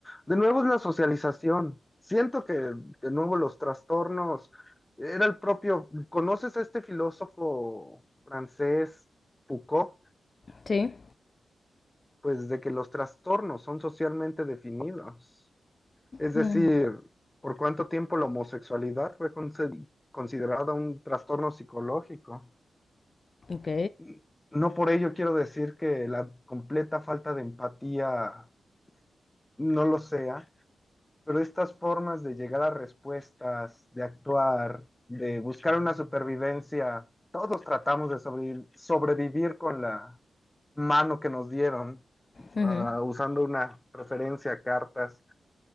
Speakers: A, on the left (about 15°); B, on the left (about 45°).
A: De nuevo es la socialización. Siento que de nuevo los trastornos, era el propio, ¿conoces a este filósofo francés Foucault?
B: Sí.
A: Pues de que los trastornos son socialmente definidos. Es
B: Mm,
A: decir, ¿por cuánto tiempo la homosexualidad fue conse- considerada un trastorno psicológico?
B: Ok.
A: N- No por ello quiero decir que la completa falta de empatía no lo sea, pero estas formas de llegar a respuestas, de actuar, de buscar una supervivencia, todos tratamos de sobrevi- sobrevivir con la mano que nos dieron,
B: Ujú.
A: ah, usando una referencia a cartas.